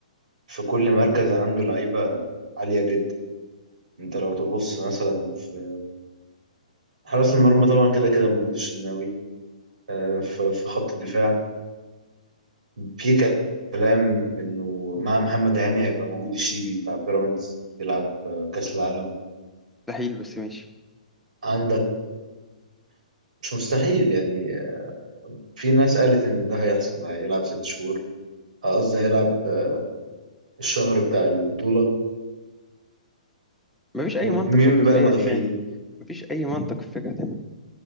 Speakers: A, on the right; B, in the centre.
A: في كل مركز عنده لعيبة عالية جدا انت لو تبص مثلا في حراس المرمى طبعا كده كده موجود الشناوي آه، ف- في خط الدفاع في كلام انه مع محمد هاني هيبقى موجود الشيبي بتاع بيراميدز يلعب آه، كأس العالم
B: مستحيل بس ماشي
A: عندك مش مستحيل يعني آه، في ناس قالت ان ده هيحصل هيلعب ست شهور آه، قصدي هيلعب آه، الشهر بتاع البطولة
B: مفيش أي
A: ومين
B: منطق في الجزئية
A: بقى المدافعين
B: دي يعني مفيش أي منطق في فكرة إن